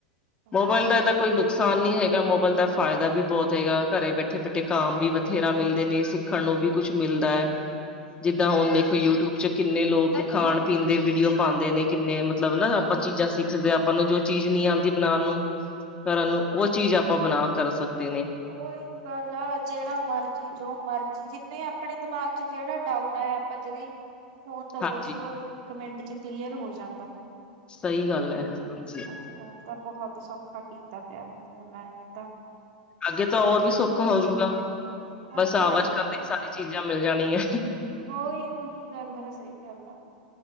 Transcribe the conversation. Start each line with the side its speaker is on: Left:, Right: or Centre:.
Right: ਹਾਂਜੀ
Left: ਮੋਬਾਇਲ ਦਾ ਇਹ ਤਾਂ ਕੋਈ ਨੁ ਨੁਕਸਾਨ ਨੀ ਹੈਗਾ ਮੋਬਾਇਲ ਦਾ ਫਾਇਦਾ ਵੀ ਬਹੁਤ ਹੈਗਾ ਘਰੇ ਬੈਠੇ ਬੈਠੇ ਕਮ ਵੀ ਬਥੇਰਾ ਮਿਲਦੇ ਨੇ ਸਿੱਖਣ ਨੂੰ ਵੀ ਕੁੱਛ ਮਿਲਦਾ ਹੈ ਜਿੱਦਾਂ ਹੁਣ
Right: ਹਮ
Left: ਦੇਖੋ ਯੂਟਿਊਬ ਚ ਕਿੰਨੇ ਲੋਕ ਖਾਣ ਪੀਣ ਦੇ ਵੀਡੀਓ ਪਾਉਂਦੇ ਨੇ ਕਿੰਨੇ ਮਤਲਬ ਨਾ ਆਪਾਂ ਚੀਜ਼ਾਂ ਸਿੱਖ ਸਕਦੇ ਹਾਂ ਆਪਾਂ ਨੂੰ ਜੋ ਚੀਜ਼ ਨਹੀਂੀ ਆਉਂਦੀ ਬਣਾਉਣ ਨੂੰ ਘਰਾਂ ਨੂੰ ਉਹ ਚੀਜ਼ ਆਪਾਂ ਬਣਾ ਕਰ ਸਕਦੇ ਨੇ
Right: ਉਓਹੀ ਗੱਲ ਆ ਜਿਹੜਾ ਮਰਜ਼ੀ ਜੋ ਮਰਜ਼ੀ ਜਿੰਨੇ ਆਪਣੇ ਦਿਮਾਗ ਚ ਜਿਹੜਾ ਡਾਊਟ ਆਇਆ ਆਪਾਂ ਜਦੀ ਫੋਨ ਤੋਂ
Left: ਹਾਂਜੀ
Right: ਪੁੱਛ ਲੋ ਇੱਕ ਮਿੰਟ ਚ ਕਲੀਅਰ ਹੋ ਜਾਂਦਾ।
Left: ਸਹੀ ਗੱਲ ਹੈ ਹਾਂਜੀ
Right: ਅੱਜ ਕੱਲ ਤਾਂ ਬਹੁਤ ਸੌਖਾ ਕੀਤਾ ਪਿਆ ਫੋਨ ਨੇ ਤਾਂ।
Left: ਅੱਗੇ ਤਾਂ ਹੋਰ ਵੀ ਸੋਖਾ ਹੋਜੂ ਗਾ
Right: ਹਾਂਜੀ
Left: ਬਸ ਆਵਾਜ
Right: ਹਾਂਜੀ
Left: ਕਰਦੇ ਸਾਰੀ ਚੀਜ਼ਾਂ ਮਿਲ ਜਾਣੀਆਂ।
Right: ਉਹੀ ਉਹੀ ਗੱਲ ਆ ਸਹੀ ਗੱਲ ਆ।